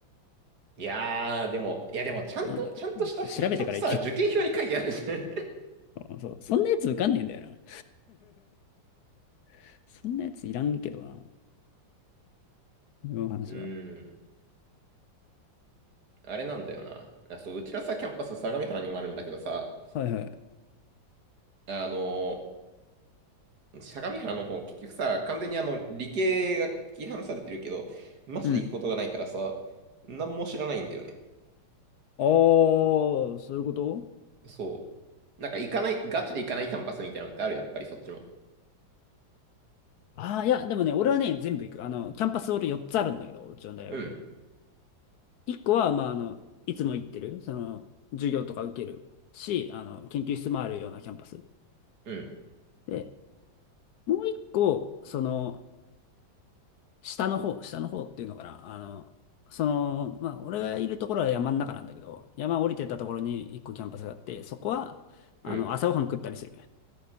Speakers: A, on the right; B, on the left.
A: いやー、でも、いやでも、ちゃんと、
B: どうなんだろう。
A: ちゃんとした、
B: だって調べてからいける。
A: ちゃんとさ、受験票に書いてあるじゃん。<laughs>
B: うんそう、そんなやつ受かんねえんだよな。<laughs> そんなやついらんけどな。今の話は。
A: うーん。あれなんだよな。あ、そう、うちらさ、キャンパス相模原にもあるんだけどさ、
B: はいはい。
A: あのー相模原の方、結局さ、完全にあの、理系が切り離されてるけど、マジで行くことがないからさ、
B: うん。
A: 何も知らないんだよね。
B: ああー、そういうこと
A: そう。なんか行かない、ガチで行かないキャンパスみたいなのってある、やっぱりそっちも。
B: ああー、いや、でもね、俺はね、全部行く。あの、キャンパス俺4つあるんだけど、うちの大学。
A: うん、
B: 1個は、まあ、あの、いつも行ってる、その、授業とか受けるし、あの、研究室もあるようなキャンパス。
A: うん、
B: で、もう1個、その、下の方、下の方っていうのかな。あの、その、まあ、俺がいるところは山の中なんだけど、山降りてったところに1個キャンパスがあって、そこは、あの、
A: うん。
B: 朝ごはん食ったりする。